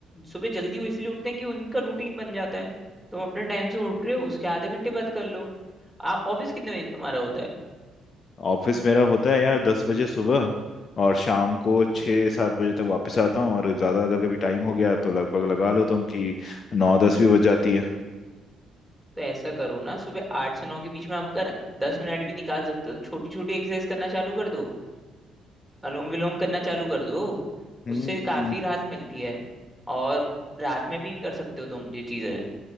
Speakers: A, in the centre; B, on the left.
A: सुबह जल्दी वो इसलिए उठते हैं कि उनका रूटीन बन जाता है तुम अपने टाइम से उठ रहे हो उसके आधे घंटे बाद कर लो ऑफिस कितने बजे तुम्हारा होता है
B: ऑफिस मेरा होता है यार दस बजे सुबह और शाम को छः सात बजे तक वापस आता हूँ और ज़्यादा अगर कभी टाइम हो गया तो लगभग लगा लो तुम कि नौ दस भी बज जाती है
A: तो ऐसा करो ना सुबह आठ से नौ के बीच में आप अगर दस मिनट भी निकाल सकते हो तो छोटी छोटी एक्सरसाइज करना चालू कर दो अनुलोम विलोम करना चालू कर दो
B: हम्म
A: उससे काफी राहत मिलती है और रात में भी कर सकते हो तुम ये चीज है